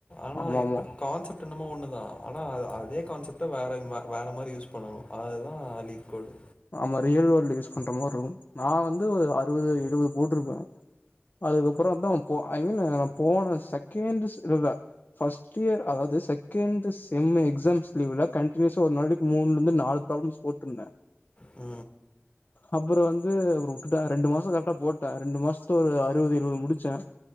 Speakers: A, on the left; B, on the left.
A: ஆனா
B: ஆமா
A: எப்ப
B: ஆமா
A: கான்செப்ட் என்னமோ ஒன்னு தா ஆனா அதே கான்செப்ட்ட வேற இது வேற மாரி யூஸ் பண்ணணு அதுதா லீட் கோட்
B: நம்ம ரியல் வேல்ல யூஸ் பண்ற மார்ருக்கு நா வந்து அறுபது எழுபது போட்ருப்பே அதுக்கப்புற தா ஐ மீன் நா போன செகேண்ட்ஸ் <unintelligible> ஃபஸ்ட் இயர் அதாவது செகண்ட் த செம்மே எக்ஸாம்ஸ் லீவ்ல கண்டினுயஸா ஒரு நாளைக்கு மூன்லந்து நாலு ப்ராளம்ஸ் போட்ருந்தே
A: உ
B: அப்புற வந்து ஒரு விட்டுட்டே ரெண்டு மாசோ கரெக்டா போட்டே ரெண்டு மாசத்துல ஒரு அறுபது எழுபது முடிச்சே